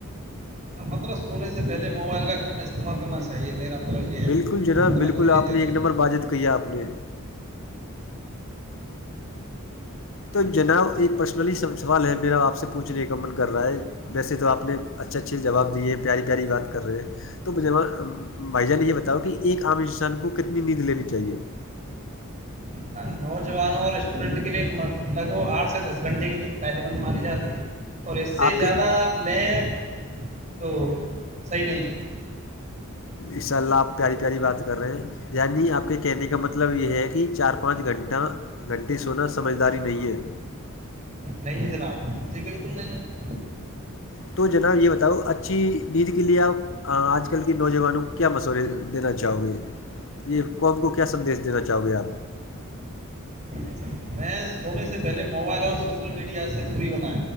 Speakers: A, on the right (about 35°); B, on the left (about 60°).
A: اں مطلب سونے سے پہے موبائل کا کم استعمال کرنا چے اچا یہ میرا مطلب یہ
B: بالکل
A: ہے
B: جناب
A: ہم تو
B: بالکل
A: بچے یہ
B: آپ
A: دے
B: نے
A: رہے
B: ایک نمبر
A: ہیں
B: باجد کیا آپ نے تو جناب ایک پرسنلی سوال ہے میرا آپ سے پوچھنے کا من کر رہا ہے ویسے تو آپ نے اچھے اچھے جواب دیے ہیں پیاری پیاری بات کر رہے ہیں تو جم بھائی جان نے یہ بتاؤ کہ ایک عام انسان کو کتنی نیند لینی چاہیے
A: ہاں نوجوانوں اور اسٹوڈنٹ کے لیے لگ بھگ آٹھ سے دس گھنٹے کے لی تو فائدے مند ماری جاتی ہے اور اس سے
B: آپ
A: زیادہ
B: کے
A: آپ لیں تو صحیح نہیں ہے
B: اس شاء ال لب پیاری پیاری بات کر رہے یعنی آپ کے کہنے کا مطلب یہ ہے کہ چار پانچ گھنٹہ گھنٹے سونا سمجھداری نہیں ہے
A: نہیں جناب جی بالکل نہیں ہے
B: تو جناب یہ بتاؤ اچھی ند کے لیے آپ آج کل کے نوجوانوں کو کیا مشورے دینا چاہو گے یہ قب کو کیا سندیش دینا چاہو گے آپ
A: اچھا میں سونے سے پہلے موبائل اور سوشل میڈیا سے دوری بنائ